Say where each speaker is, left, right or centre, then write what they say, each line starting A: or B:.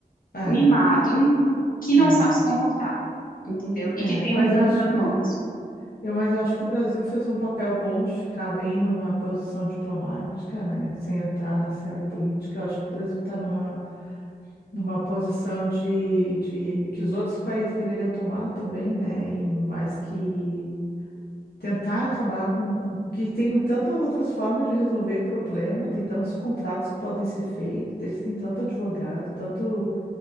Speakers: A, on the left (about 85°); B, on the left (about 60°).
A: É.
B: mimado, que
A: É.
B: não sabe se comportar, entendeu?
A: É.
B: E que tem
A: Mas
B: o mundo
A: eu acho.
B: nas mãos.
A: É. Eu, mas eu acho que o Brasil fez um papel bom de ficar bem numa posição diplomática, né? Sem entrar na seara política. Eu acho que o Brasil está numa numa posição de, de que os outros países deveriam tomar também, né? E mais que tentar acabar com, com que tem tantas outras formas de resolver problema, tem tantos contratos que podem ser feitos, eles têm tanto advogado, tanto